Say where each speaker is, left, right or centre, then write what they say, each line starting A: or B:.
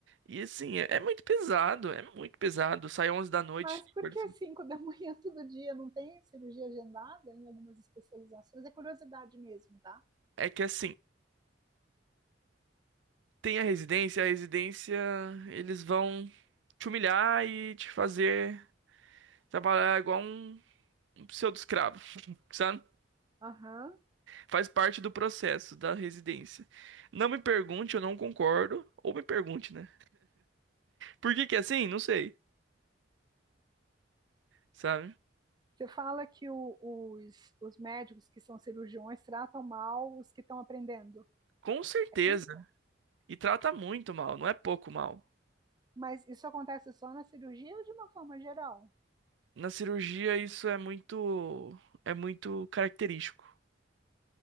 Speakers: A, on the right (about 75°); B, on the right (about 25°).
A: E assim, é é muito pesado, é muito pesado. Sai 11 da noite.
B: Mas por
A: acorda-
B: que 5 da <laughs> manhã todo dia não tem cirurgia agendada em algumas especializações? É curiosidade mesmo, tá?
A: É que assim. Tem a residência, a residência eles vão te humilhar e te fazer trabalhar igual um, um pseudo-escravo, <laughs> sabe?
B: Aham.
A: Faz parte do processo da residência. Não me pergunte, eu não concordo, ou me pergunte, né? Por que que é assim? Não sei, sabe?
B: Você fala que o- os, os médicos que são cirurgiões tratam mal os que estão aprendendo,
A: Com certeza.
B: é isso?
A: E trata muito mal, não é pouco mal.
B: Mas isso acontece só na cirurgia ou de uma forma geral?
A: Na cirurgia isso é muito é muito característico.